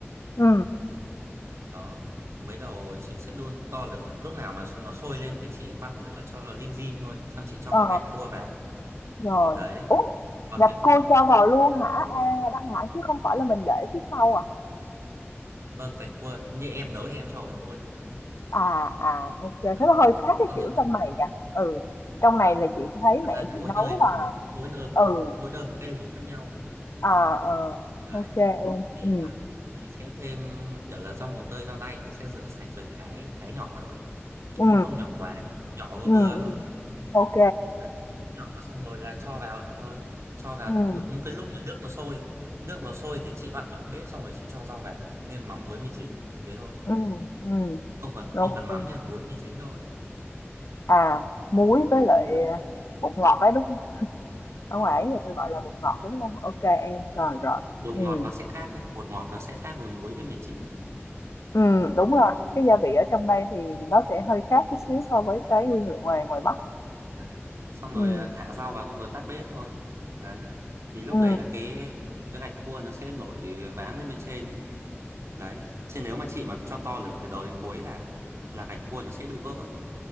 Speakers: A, on the left (about 85°); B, on the right (about 80°).
A: ừ
B: đó mới đầu chị sẽ đun to lửa lúc nào mà nó sôi lên thì chị vặn lửa cho nó lim dim thôi xong chị cho
A: ờ,
B: cái gạch cua vào
A: rồi.
B: đấy
A: úp
B: còn
A: gạch
B: cái
A: cua
B: phần
A: cho vào luôn hả? A, đăng hả? Chứ không phải là mình để phía sau à?
B: vâng gạch cua như em nấu thì em cho vào luôn
A: À, à, ô thế
B: đó
A: nó hơi khác cái
B: xong
A: kiểu
B: rồi cái
A: trong
B: phần
A: này kìa. Ừ, trong này
B: à,
A: là chị thấy
B: thật
A: mẹ
B: ra thì
A: chị
B: mỗi
A: nấu
B: nơi một
A: là
B: mỗi nơi
A: ừ,
B: mỗi nơi một cái nấu khác nhau
A: à, ờ,
B: đấy
A: ô em,
B: thì
A: ừ
B: ờ, thì sẽ thêm kiểu là rau mồng tơi rau đay thì sẽ rửa sạch rồi thái thái nhỏ thôi
A: ừ
B: cũng không nhỏ quá nhỏ vừa
A: ừ
B: vừa
A: ừm.
B: thôi
A: Ô
B: đấy nhỏ xong rồi là cho vào thôi cho vào
A: ừ ừm,
B: đúng cái lúc mà nước nó sôi nước nó sôi thì chị vặn nhỏ bếp xong rồi chị cho rau vào nêm mắm muối mì chính thế thôi
A: ừm,
B: không cần
A: đúng.
B: không cần mắm nha muối mì chính thôi
A: À, muối với lại, à,
B: Đấy,
A: bột ngọt ấy, đúng không Ở
B: đúng
A: ngoài
B: rồi
A: ấy người ta gọi là bột ngọt, đúng không ok em,
B: đúng
A: rồi,
B: rồi
A: rồi.
B: bột
A: ừ
B: ngọt nó sẽ khác nhé bột ngọt nó sẽ khác với muối với mì chính
A: ừ đúng rồi, cái gia vị ở trong đây thì nó sẽ hơi khác chút xíu so với cái nguyên liệu ngoài ngoài Bắc.
B: đấy xong
A: ừ
B: rồi à, thả rau vào xong rồi tắt bếp thôi đấy thì lúc
A: ừ
B: đấy là cái cái gạch cua nó sẽ nổi váng lên bên trên ấy đấy chứ nếu mà chị mà cho to lửa từ đầu đến cuối là là gạch cua nó sẽ bị vỡ